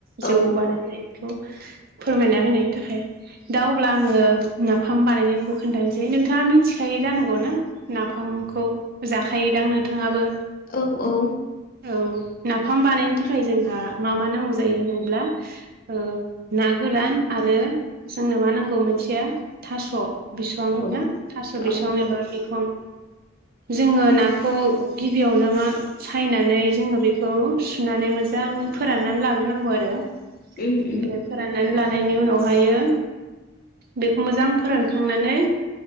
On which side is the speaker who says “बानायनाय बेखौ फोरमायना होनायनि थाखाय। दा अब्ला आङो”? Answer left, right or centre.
Right